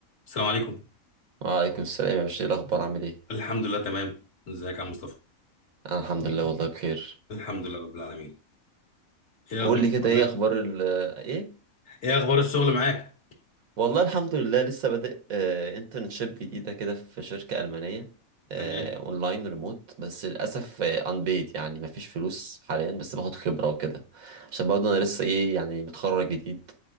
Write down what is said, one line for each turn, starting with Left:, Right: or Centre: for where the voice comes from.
Left: السلام عليكم
Right: وعليكم السلام يا باشا ايه الاخبار عامل ايه
Left: الحمد لله تمام ازيك يا عم مصطفى
Right: انا الحمد لله والله بخير
Left: الحمد لله رب العالمين ايه
Right: قول
Left: اخبار
Right: لي
Left: الشغل
Right: كده ايه
Left: معاك
Right: اخبار ال ايه
Left: ايه اخبار الشغل معاك
Right: والله الحمد لله لسه بادئ آه انترنشيب جديده كده في شركه المانيه آه
Left: تمام
Right: اونلاين ريموت بس للاسف انبيد يعني مفيش فلوس حاليا بس باخد خبره وكده عشان برضه انا لسه ايه يعني متخرج جديد